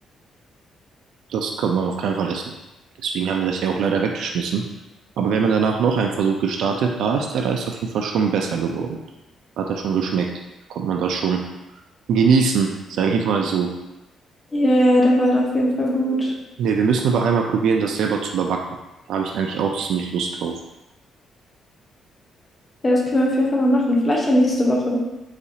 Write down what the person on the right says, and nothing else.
Das kann man auf keinen Fall essen. Deswegen haben wir das ja auch leider weggeschmissen. Aber wir haben ja danach noch einen Versuch gestartet. Da ist der Reis auf jeden Fall schon besser geworden. Hat er schon geschmeckt. Da konnte man das schon genießen, sage ich mal so.
Ne, wir müssen aber einmal probieren, das selber zu überbacken. Da habe ich eigentlich auch ziemlich Lust drauf.